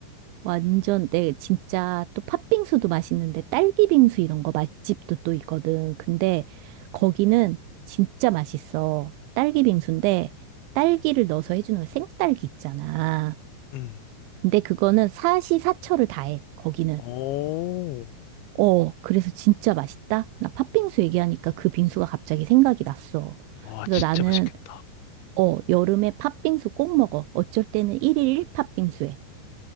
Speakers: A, on the right (about 90°); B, on the left (about 85°).
A: 완전 내 진짜 또 팥빙수도 맛있는데 딸기 빙수 이런 거 맛집도 또 있거든. 근데 거기는 진짜 맛있어. 딸기 빙수인데 딸기를 넣어서 해주는 거 생딸기 있잖아.
B: 음.
A: 근데 그거는 사시사철을 다해. 거기는.
B: 오.
A: 어, 그래서 진짜 맛있다. 나 팥빙수 얘기하니까 그 빙수가 갑자기 생각이 났어.
B: 와,
A: 그래서
B: 진짜
A: 나는
B: 맛있겠다.
A: 어, 여름에 팥빙수 꼭 먹어. 어쩔 때는 일일일 팥빙수 해.